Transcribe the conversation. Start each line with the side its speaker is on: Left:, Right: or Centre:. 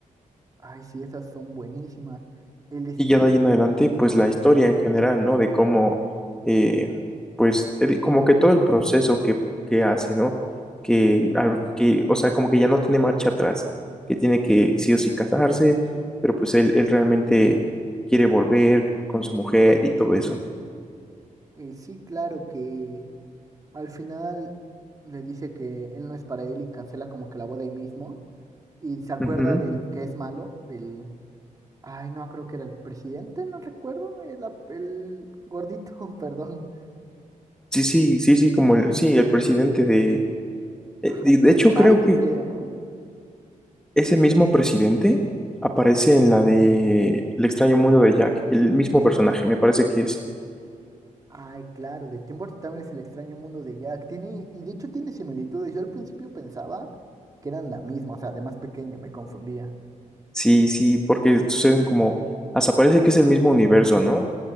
Right: Ay, sí, esas son buenísimas. El estilo,
Centre: Y ya de ahí en
Right: sí,
Centre: adelante, pues la historia en general, ¿no? De cómo, eh, pues, te di- como que todo el proceso que, que hace, ¿no? Que, al- que, o sea, como que ya no tiene marcha atrás, que tiene que sí o sí casarse, pero pues él, él realmente quiere volver con su mujer y todo eso.
Right: eh, sí, claro que al final le dice que él no es para él y cancela como que la boda ahí mismo. Y se acuerda
Centre: Ujú.
Right: del que es malo, del Ay, no, creo que era el presidente, no recuerdo, el, ap- el gordito, <laughs> perdón,
Centre: Sí, sí, sí, sí, como el, sí, el presidente de, eh,
Right: ajá,
Centre: de,
Right: el
Centre: de hecho
Right: alcalde,
Centre: creo que
Right: creo, ¿no?
Centre: ese mismo presidente aparece en la de El extraño mundo de Jack, el mismo personaje, me parece que es.
Right: Ay, claro, de Tim Burton también es el extraño mundo de Jack. Tiene, y de hecho tiene similitudes. Yo al principio pensaba que eran la misma, o sea, de más pequeño, me confundía.
Centre: Sí, sí, porque suceden como, hasta parece que es el mismo universo, ¿no?